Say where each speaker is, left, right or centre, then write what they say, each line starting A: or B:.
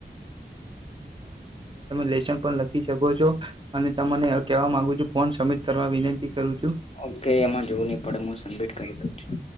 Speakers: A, on the right (about 30°); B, on the left (about 35°).
A: લેશન પણ લખી શકો છો અને તમને કેવા માંગુ છું ફોન સબમિટ કરવા વિનંતી કરું છું
B: ઓકે એમાં જોવું નહી પડે હું સબમિટ કરી દઉં છું